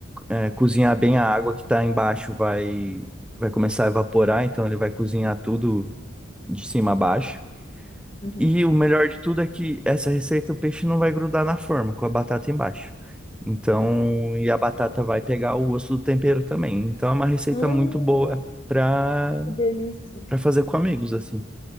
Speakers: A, in the centre; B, on the left (about 25°).
A: é, cozinhar bem a água que tá embaixo, vai, vai começar a evaporar, então ele vai cozinhar tudo de cima a baixo.
B: Uhum.
A: E o melhor de tudo é que essa receita o peixe não vai grudar na forma, com a batata embaixo. Então, e a batata vai pegar o gosto do tempero também. Então é uma receita
B: Hum,
A: muito boa. para
B: que delícia.
A: Pra fazer com amigos, assim.